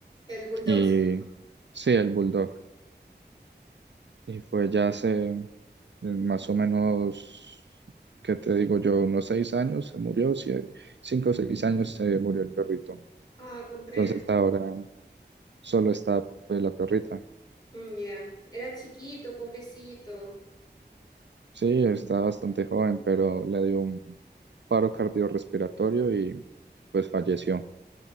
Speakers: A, on the left; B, on the right.
A: El bulldog,
B: y
A: ¿cierto?
B: sí, el bulldog. Y fue ya hace eh, más o menos, ¿qué te digo yo? Unos seis años se murió, sie- cinco o seis años se murió el perrito.
A: Ah, comprendo.
B: Entonces ahora solo está pues, la perrita.
A: Mm, ya. Era chiquito, pobrecito.
B: Sí, está bastante joven, pero le dio un paro cardiorrespiratorio y pues falleció.